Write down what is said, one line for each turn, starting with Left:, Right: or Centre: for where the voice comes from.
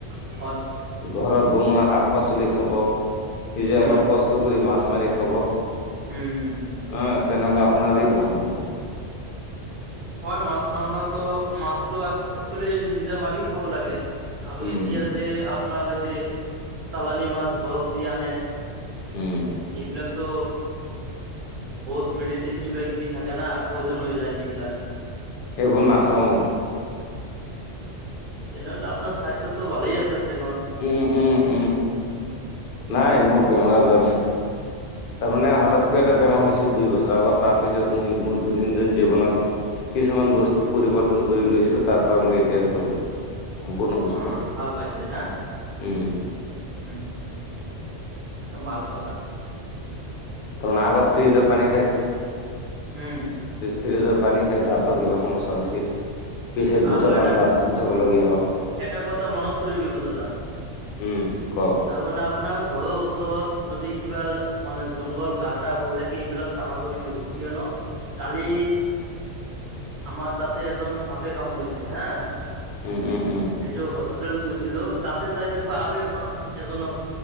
Right: অ
Left: ঘৰত বনোৱা শাক পাচলি খাব। নিজে
Right: উম
Left: অলপ কষ্ট কৰি মাছ মাৰি খাব। আহ
Right: উম উম
Left: তেনেহ'লে আপোনাৰে ভাল হ'ব।
Right: হয় মাছ মাংসটো মাছটো একচলি নিজে মাৰি খাব লাগে। আৰু
Left: উম
Right: এতিয়া যে আপোনাৰ এই যে চালানি মাছ বৰফ দি আনে
Left: উম
Right: এইবিলাকতো বহুত মেডিচিন কিবা কিবি থাকে না প্ৰয়জন হৈ যায় সেইবিলাক।
Left: এইবোৰ নাখাওঁ মই।
Right: তেনেহলে আপোনাৰ স্বাস্থ্যটো ভালেই আছে দেখোন।
Left: উম উম উম নাই মোৰ বেমাৰ আজাৰ। তাৰমানে হঠাৎকৈ এটা বেমাৰ হৈছিল দুই বছৰৰ আগত। তাৰপিছত মই মোৰ দৈনন্দিন জীৱনত কিছুমান বস্তু পৰিৱৰ্তন কৰি লৈছিলো। তাৰ ফৰা মই এতিয়া একদম সম্পূৰ্ণ সুস্থ
Right: অ ভাল পাইছে না
Left: উম
Right: উম। ভাল কথা।
Left: তাৰমানে আগত ফ্ৰিজৰ পানী
Right: উম।
Left: ফ্ৰীজৰ পানী খাই দাঁতৰ কিবা সমস্যা হৈছিল। পিছে দুটামান
Right: আৰু এটা
Left: দাঁত উঠাব লগীয়া হ'ল
Right: এটা কথা মনত পৰি গলো দাদা।
Left: উম কওক
Right: তাৰ মানে আপোনাৰ ঘৰৰ ওচৰত- যদি কিবা মানে জংঘল গাটা হৈ থাকে সেইবিলাক চাফা কৰি দিব কিয়নো- কালি আমাৰ তাতে এজন- সাপে কামুৰিছে হা
Left: উম উম উম
Right: সেইটোও সচ- হস্পিটেল গৈছিলো তাতে যাই দেখো আৰু এখন এজনক